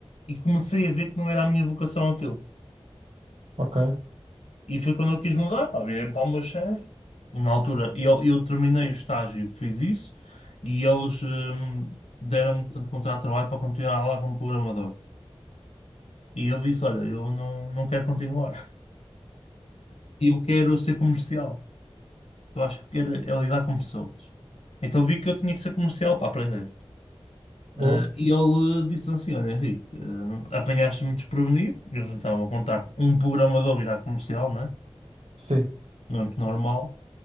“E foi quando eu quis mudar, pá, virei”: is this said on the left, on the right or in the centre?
Left